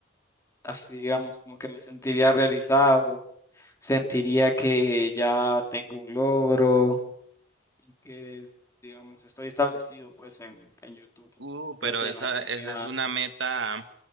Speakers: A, on the left (about 15°); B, on the right (about 80°).
A: así digamos, como que me sentiría realizado, sentiría que ya tengo un logro y que, digamos, estoy establecido pues en, en YouTube
B: Uh, pero
A: y así
B: esa,
A: en la comunidad.
B: esa es una meta,